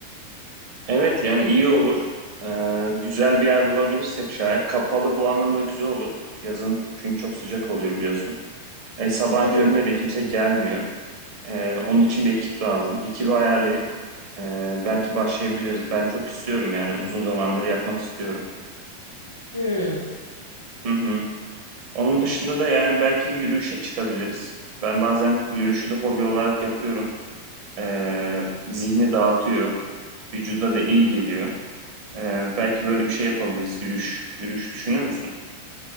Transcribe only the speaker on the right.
Evet yani iyi olur. Ee, güzel bir yer bulabilirsek şayet. Kapalı bu anlamda güzel olur. Yazın çünkü çok sıcak oluyor biliyorsun. E, sabahın
köründe de kimse gelmiyor. Ee, onun için bir ekip lazım. Ekibi ayarlayıp e, belki başlayabiliriz. Ben çok istiyorum yani uzun zamandır yapmak istiyorum.
Hı hı. Onun dışında da yani belki yürüyüşe çıkabiliriz. Ben bazen yürüyüşü de hobi olarak yapıyorum. Ee, zihni dağıtıyor. Vücuda da iyi geliyor. Ee, belki böyle bir şey yapabiliriz. Yürüyüş, yürüyüş düşünür müsün?